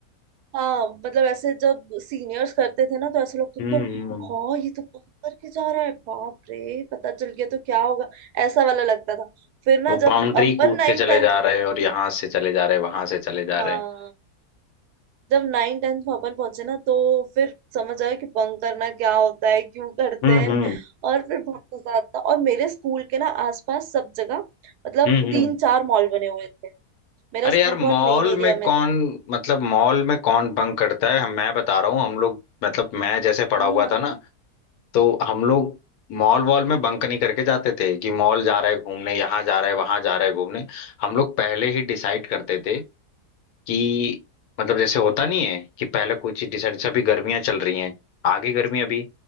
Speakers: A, on the right; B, on the left.
A: हाँ मतलब ऐसे जब सीनियर्स करते थे ना तो ऐसे लोग तो,
B: हम्म
A: तो
B: हम्म।
A: हाँ ये तो बंक करके जा रहा है बाप रे पता चल गया तो क्या होगा ऐसा वाला लगता था फिर ना
B: वो
A: जब
B: बाउंड्री
A: अपन
B: कूद
A: नाइन
B: के चले
A: टेंथ
B: जा रहे हैं और यहाँ से चले जा रहे हैं वहां से चले जा
A: हाँ
B: रहे हैं
A: जब नाइन टेंथ में अपन पहुंचे ना तो फिर समझ आया कि बंक करना क्या होता है क्यों करते
B: हम्म
A: हैं
B: हम्म
A: और फिर बहुत मजा आता और मेरे स्कूल के ना आसपास सब जगह मतलब
B: हम्म
A: तीन
B: हम्म।
A: चार मॉल बने हुए थे मेरा
B: अरे
A: स्कूल
B: यार मॉल
A: बहुत मेन एरिया
B: में कौन
A: में था
B: मतलब मॉल में कौन बंक करता है हम- मैं बता रहा हूँ हम लोग मतलब मैं जैसे पढ़ा
A: हाँ
B: हुआ
A: हाँ
B: था ना तो हम लोग मॉल वॉल में बंक नहीं करके जाते थे कि मॉल जा रहे हैं घूमने यहाँ जा रहे हैं वहां जा रहे हैं घूमने हम लोग पहले ही डिसाइड करते थे कि मतलब जैसे होता नहीं है कि पहले कोई चीज डिसाइड से अभी गर्मियां चल रही हैं आगे गर्मी अभी